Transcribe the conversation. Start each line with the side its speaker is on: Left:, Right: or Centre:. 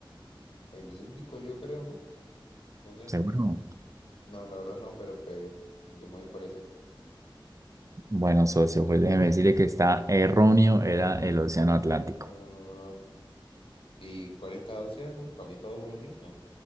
Left: el Índico, yo creo, ¿no? No sé.
Right: ¿Seguro?
Left: No, la verdad no, pero pues, yo me voy por esa.
Right: Bueno, socio, pues déjeme decirle que está erróneo, era el Océano Atlántico.
Left: No, ¿y cuál es cada océano? Para mí todo es uno mismo.